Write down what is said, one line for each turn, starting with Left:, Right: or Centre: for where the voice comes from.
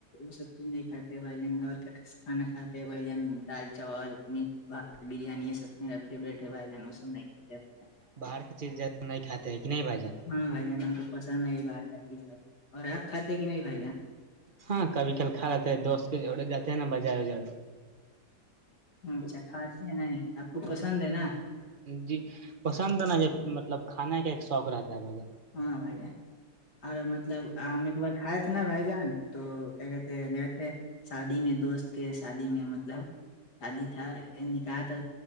Left: سب چیز نہیں کھاتے بھائی جان گھر کا کانا کھاتے بھجن دال چاول میٹ بھات بریانی یہ سب میرا فیوریٹ ہے بھ وہ سب میں <unintelligible>
Right: باہر کی چیز نہیں کات ہے کہ نہیں بھائی جان
Left: ہاں بھائی جان ہم کو پسند ہے بات کا چیز بھائی ج اور آپ کھاتے کہ نہیں بھائی جان
Right: ہاں کبھی کل کھا رہاتتے ہے دوست کے جوڑے جاتے ہیں نا بازار وار
Left: اچھا کھاتی ہیں نہیں آپ کو پسند ہے نا
Right: جی پسند ہے نا یہ مطلب کھانے کا ایک شوق رہتا ہے بھجن
Left: ہاں بھ جان اور مطلب ہم ایک بار کھ تھ ن بھ جان تو کیا کہتے گئے تھے شادی میں دوست کے شادی میں مطلب شادی تھا نکاح تھا